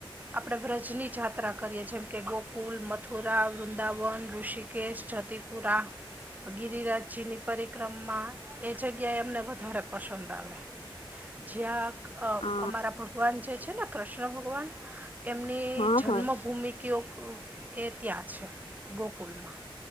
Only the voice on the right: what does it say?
આપણે વ્રજની જાત્રા કરીએ જેમ કે ગોકુલ મથુ રા, વૃંદાવન, ઋષિકેશ, જતિપુરા ગિરિરાજજીની પરિક્રમમાં એ જગ્યાએ અમને વધારે પસંદ આવે. જ્યાં અહ,
અમારા ભગવાન જે છે ને કૃષ્ણ ભગવાન એમની
જન્મભૂમિ
કયો ક એ ત્યાં છે ગોકુલમાં